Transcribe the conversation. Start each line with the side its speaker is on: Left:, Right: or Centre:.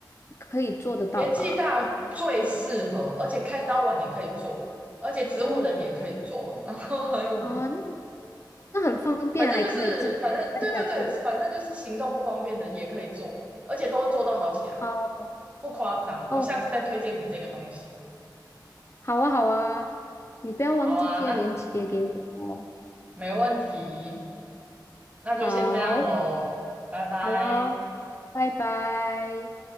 Left: 可以做得到吧？
Right: 年纪大最适合，而且开刀完也可以做，而且植物人也可以做，
Left: 哦。
Right: 然后还有什么，
Left: 啊，那那很方便，
Right: 反正就是反正对对对，
Left: 还可以这在家做。
Right: 反正就是行动不方便的也可以做，而且都会做到好起来，
Left: 好
Right: 不夸张。
Left: 哦，
Right: 我下次再推荐你这个东西。
Left: 好啊，好啊，你不要忘记贴链接给我哦。
Right: 好啊，那没问题，那就先这样喽，
Left: 好，
Right: 拜拜。
Left: 好啊哦拜拜。